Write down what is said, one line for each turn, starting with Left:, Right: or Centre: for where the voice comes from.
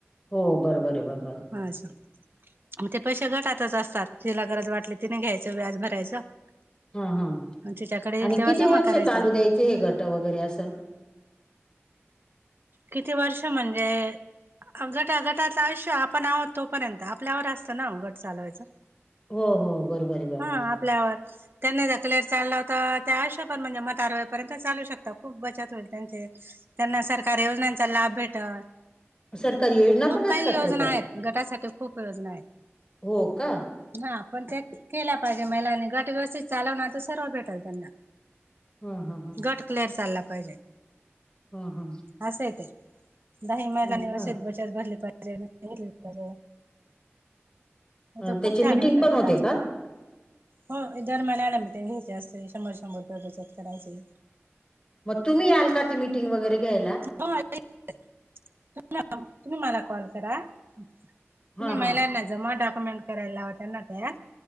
Left: हो बरोबर आहे बरोबर आहे
Right: हा असं. मग ते पैसे गटातच असतात जीला गरज वाटली तिनें घ्यायचं व्याज भरायचं.
Left: हा हा
Right: आणि तिच्याकडे येईल
Left: आणि
Right: तेव्हा
Left: किती
Right: जमा
Left: वर्ष
Right: करायचे.
Left: चालू द्यायचे हे गट वगैरे असं?
Right: किती वर्ष म्हणजे गटा गटाचं आयुष्य आपण आहोत तोपर्यंत आपल्यावर असतं ना गट चालवायचं.
Left: हो हो बरोबर आहे बरोबर
Right: हा
Left: आहे
Right: आपल्यावर. त्यांना क्लिअर चालला होता त्या आश्यापण म्हणजे म्हातार होईपर्यंत चालू शकता खूप बचत होईल त्यांची त्यांना सरकारी योजनांचा लाभ भेटलं.
Left: सरकारी योजना
Right: खूप
Left: पण
Right: काही
Left: असतात
Right: योजना
Left: त्याच्यात
Right: आहेत गटासाठी खूप योजना आहेत.
Left: हो का
Right: हा पण त्या केल्या पाहिजे महिलांनी गट व्यवस्थित चालवणार तर सर्व भेटल त्यांना.
Left: हा हा हा.
Right: गट क्लिअर चालला पाहिजे.
Left: हा हा.
Right: असंय ते दाही महिलानी
Left: हो
Right: व्यवस्थित
Left: का
Right: बचत भरली पाहिजे मिटींग घेतली पाहिजे. तर
Left: त्याची
Right: खूप
Left: मीटिंग
Right: छान असतात
Left: पण होते का?
Right: हो दर महिन्याला मिटींग घ्यायची असते शंभर शंभर रुपये बचत करायची.
Left: मग तुम्ही याल का ती मिटिंग वगैरे घ्यायला?
Right: <inaudible> <unintelligible> तुम्ही मला कॉल करा. तुम्ही
Left: हां
Right: महिलांना
Left: हां
Right: जमा डॉक्युमेंट करायला लावते ना त्या